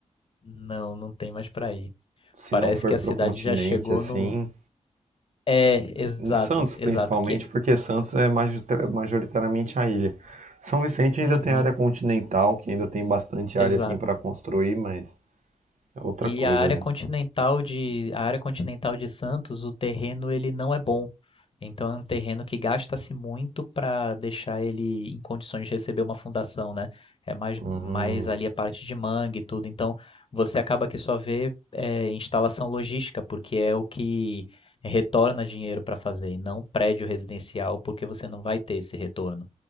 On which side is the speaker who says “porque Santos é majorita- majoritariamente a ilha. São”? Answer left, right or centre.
Right